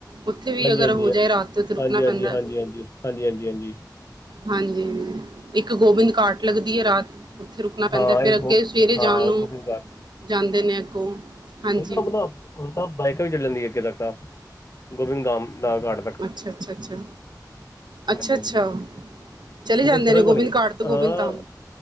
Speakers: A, on the right; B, on the left.
A: ਉੱਥੇ ਵੀ
B: ਹਾਂਜੀ
A: ਅਗਰ
B: ਹਾਂਜੀ
A: ਹੋ ਜਾਏ ਰਾਤ ਤੇ ਉੱਥੇ ਰੁੱਕਨਾ
B: ਹਾਂਜੀ
A: ਪੈਂਦੈ।
B: ਹਾਂਜੀ ਹਾਂਜੀ ਹਾਂਜੀ ਹਾਂਜੀ ਹਾਂਜੀ, ਹਾਂਜੀ, ਹਾਂਜੀ।
A: ਹਾਂਜੀ। ਇੱਕ ਗੋਬਿੰਦ ਘਾਟ ਲੰਗਦੀ ਏ ਰਾਤ। ਉੱਥੇ ਰੁੱਕਨਾ ਪੈਂਦੈ,
B: ਹਾਂ
A: ਫੇਰ
B: ਇਹ
A: ਅੱਗੇ
B: ਗੋ
A: ਸਵੇਰੇ ਜਾਨ
B: ਹਾਂ
A: ਨੂੰ,
B: ਗੋਬਿੰਦ
A: ਜਾਂਦੇ ਨੇ ਅੱਗੋਂ। ਹਾਂਜੀ
B: ਹੁਨ ਤਾਂ ਅਪਨਾ, ਹੁਨ ਤਾਂ ਬਾਈਕਾਂ ਵੀ ਚੱਲੀ ਜਾਂਦੀ ਆਂ, ਅੱਗੇ ਤੱਕਨ ਗੋਬਿੰਦ ਧਾਮ ਦਾ ਗਾੜ੍ਹ।
A: ਅੱਛਾ, ਅੱਛਾ, ਅੱਛਾ। ਅੱਛਾ,
B: ਹਾਂਜੀ
A: ਅੱਛਾ
B: ਹਾਂਜੀ
A: ਚਲੇ ਜਾਂਦੇ
B: ਹੁਣ ਤਾਂ ਸੜਕ
A: ਨੇ
B: ਬਣ
A: ਗੋਬਿੰਦ
B: ਗਈ
A: ਘਾਟ ਤੋਂ
B: ਹਾਂ
A: ਗੋਬਿੰਦ ਧਾਮ?